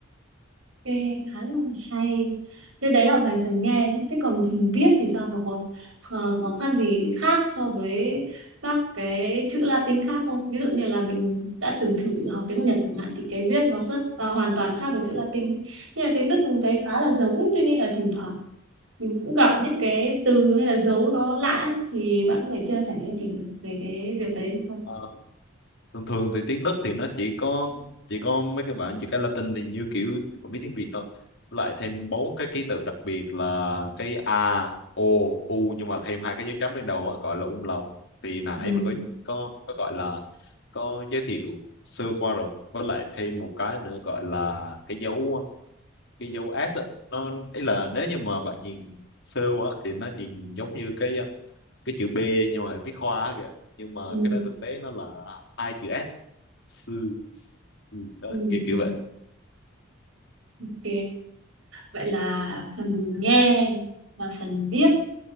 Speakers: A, on the right; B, on the left.
A: Nghe khá là hay thế đấy là về phần nghe nhé thế còn phần viết thì sao nó có khó, khó khăn gì khác so với các cái chữ Latin khác không ví dụ như là mình đã từng thử học tiếng Nhật chẳng hạn thì cái viết nó rất à, hoàn toàn khác với chữ Latin ấy. nhưng mà tiếng Đức mình thấy khá là giống tuy nhiên là thỉnh thoảng mình cũng gặp những cái từ hay là dấu nó lạ ấy. thì bạn có thể chia sẻ với mình về cái việc đấy được không
B: Ờ, thường thường thì tiếng Đức thì nó chỉ có chỉ có mấy cái bạn chỉ cái Latin thì như kiểu bạn biết tiếng Việt thôi Với lại thêm bốn cái ký tự đặc biệt là cái A O U nhưng mà thêm hai cái dấu chấm lên đầu á, gọi là um lòng thì nãy
A: Ừ.
B: mình có có có gọi là có giới thiệu sơ qua rồi với lại thêm một cái nữa gọi là cái dấu cái dấu S á, nó ấy là nếu như mà bạn nhìn sơ quá thì nó nhìn giống như cái um, cái chữ B nhưng mà viết hoa kìa nhưng mà
A: Ừ,
B: cái nó thực tế nó là hai chữ S sư, sư đó,
A: ừ,
B: kiểu kiểu
A: ừ.
B: vậy
A: Ok. Vậy là phần nghe và phần viết